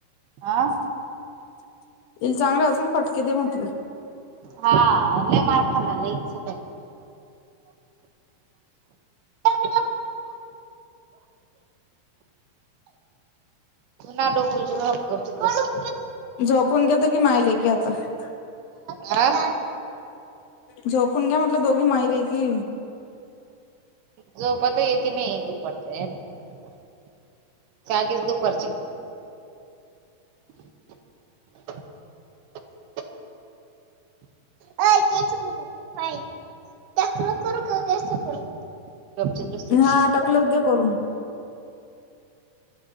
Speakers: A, on the right (about 80°); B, on the left (about 75°).
A: हा
B: <unintelligible> येल चांगलं अजून पटके ते म्हटलं <inaudible>
A: हाले मार खालाच- <unintelligible> <unintelligible> तू ना डोकच हक्- <unintelligible>
B: झोपून घ्याेतो कि मायले के आता <unintelligible>
A: हा <unintelligible>
B: झोपून घ्या म्हणलं दोघी मायरे की
A: झो पता येत नाही दुपटतगच दुप <inaudible> करचे- <inaudible> <unintelligible> <unintelligible> बसते
B: हा टक्कलच दे करून- <inaudible>